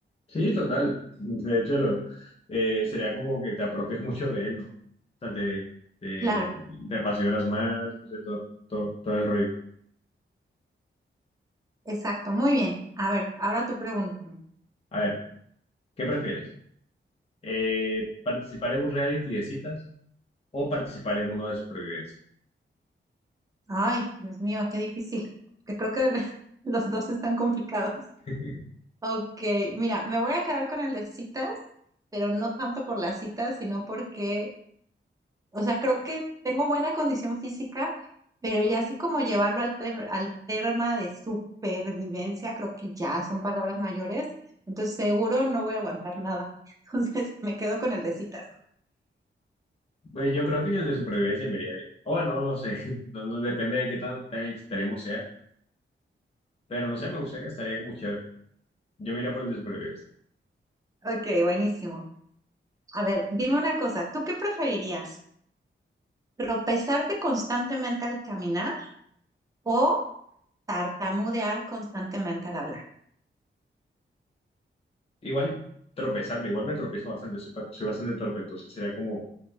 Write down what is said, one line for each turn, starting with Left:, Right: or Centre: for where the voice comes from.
Left: Sí, total. De hecho, lo- eh, sería como que te apropias mucho de él, ¿no? O sea, te, te,
Right: Claro,
Left: te apasionas más, no sé, todo, todo, todo el rollo.
Right: exacto, muy bien. A ver, ahora tú pregúntame.
Left: A ver, ¿qué prefieres? Eh, ¿participar en un reality de citas o participar en uno de supervivencia?
Right: Ay, Dios mío, qué difícil, que creo que <laughs> los dos están complicados.
Left: <laughs>
Right: Ok, mira, me voy a quedar con el de citas, pero no tanto por las citas, sino porque O sea, creo que tengo buena condición física, pero ya así como llevarlo al, tem- al tema de supervivencia, creo que ya son palabras mayores. Entonces, seguro no voy a aguantar nada. <laughs> Entonces, me quedo con el de citas.
Left: Pues yo creo que en el de supervivencia me iría bien. O bueno, no sé, <laughs> no, no depende de qué tan, tan extremo sea, pero no sé, me gustaría, estaría como chévere. Yo me iría por el de supervivencia.
Right: Ok, buenísimo. A ver, dime una cosa, ¿tú qué preferirías? ¿Tropezarte constantemente al caminar o tartamudear constantemente al hablar?
Left: Igual tropezarme, igual me tropezo bastante, soy, pa- soy bastante torpe, entonces sería como